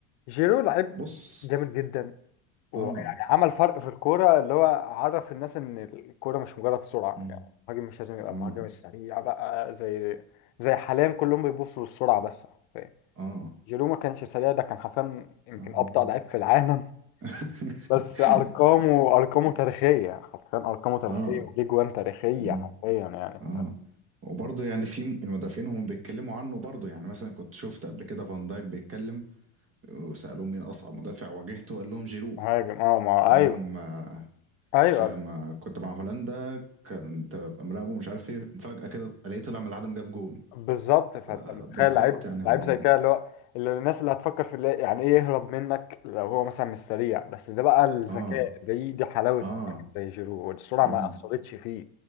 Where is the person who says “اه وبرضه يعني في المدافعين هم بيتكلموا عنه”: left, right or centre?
Right